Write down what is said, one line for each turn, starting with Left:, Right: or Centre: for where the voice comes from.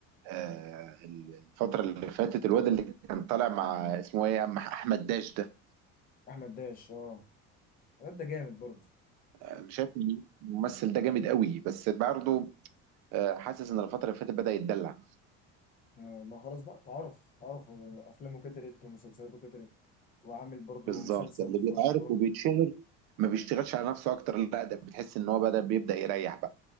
Right: آه، الفترة اللي فاتت الواد اللي كان طالع مع اسمه ايه مع احمد داش ده
Left: أحمد داش أه الواد ده جامد برضو
Right: انا شايف إن الممثل ده جامد قوي بس برضو آه، حاسس ان الفترة اللي فاتت بدأ يتدلع
Left: آه، ما خلاص بقى تعرف تعرف آه، أفلامه كترت ومسلسلاته كترت وعامل برضو
Right: بالظبط
Left: مسلسل
Right: اللي
Left: في
Right: بيتعارك
Left: رمضان
Right: وبيتشهر ما بيشتغلش على نفسه اكتر لا ده بتحس ان هو بدأ بيبدأ يريح بقى